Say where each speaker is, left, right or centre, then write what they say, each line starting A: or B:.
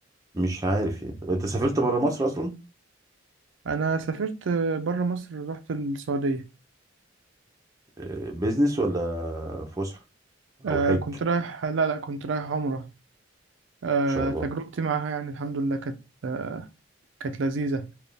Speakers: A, on the right; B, on the right.
A: مش عارف يعني طب انت سافرت بره مصر اصلا
B: انا سافرت بره مصر رحت السعودية
A: آه، بيزنس ولا فسحه
B: آه
A: او حج
B: كنت
A: ان
B: رايح لا لا كنت رايح عمرة آه
A: شاء الله
B: تجربتي معاها يعني الحمد لله كانت آه، كانت لذيذة